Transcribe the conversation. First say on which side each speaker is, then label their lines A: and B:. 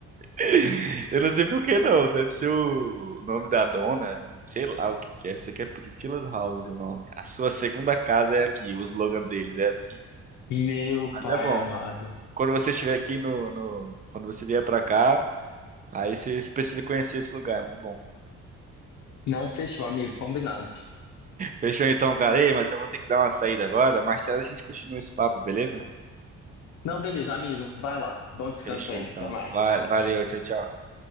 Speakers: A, on the right; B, on the left.
A: <laughs> Eu não sei por que não. Deve ser o nome da dona. Sei lá o que que é. Sei que é Priscilla's House o nome. A sua segunda casa é aqui. O slogan deles é assim.
B: Meu
A: Mas
B: pai
A: é bom.
B: amado.
A: Quando você estiver aqui no, no- Quando você vier pra cá, aí você, você precisa conhecer esse lugar. É muito bom.
B: Não fechou, amigo, combinado.
A: Fechou então, cara. Ei, mas eu vou ter que dar uma saída agora. Mais tarde a gente continua esse papo, beleza?
B: Não, beleza, amigo, vai lá. Bom descanso
A: Fechou
B: aí,
A: então.
B: até mais.
A: Va- Valeu, tchau, tchau.